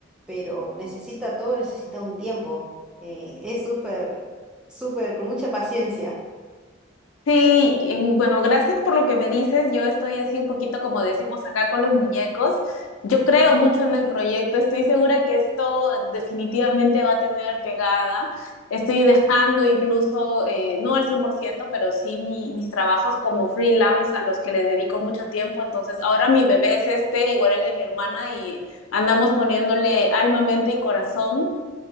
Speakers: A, in the centre; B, on the left (about 80°).
A: Pero necesita todo, necesita un tiempo. eh, es súper, súper, con mucha paciencia.
B: Sí, en- bueno, gracias por lo que me dices. Yo estoy así un poquito como decimos acá con los muñecos. Yo creo
A: <laughs>
B: mucho en el proyecto. Estoy segura que esto definitivamente va a tener pegada. Estoy dejando incluso, eh, no al 100%, pero sí mi- mis trabajos como freelance a los que les dedico mucho tiempo. Entonces, ahora mi bebé es este, igual el de mi hermana, y andamos poniéndole alma, mente y corazón